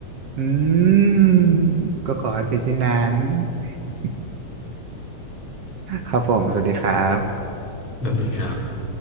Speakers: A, on the right (about 55°); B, on the left (about 50°).
A: อืมก็ขอให้เป็นเช่นนั้น <laughs> ครับผมสวัสดีครับ
B: <laughs> สวัสดีครับ